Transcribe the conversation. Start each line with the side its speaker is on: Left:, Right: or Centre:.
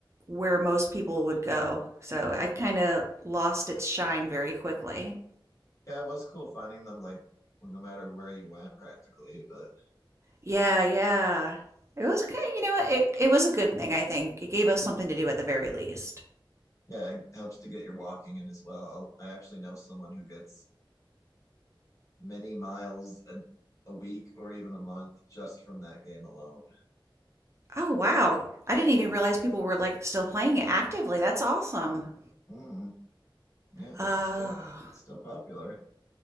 Right: where most people would go. So I kind of lost its shine very quickly.
Left: Yeah, it was cool finding them like no matter where you went practically, but
Right: Yeah, yeah. It was kind of, you know, what, it it was a good thing, I think. It gave us something to do at the very least.
Left: yeah, it helps to get your walking in as well. I'll, I actually know someone who gets many miles a, a week or even a month just from that game alone.
Right: Oh, wow. I didn't even realize people were like still playing it actively. That's awesome.
Left: Mm, yeah,
Right: Oh,
Left: it's still it's still popular.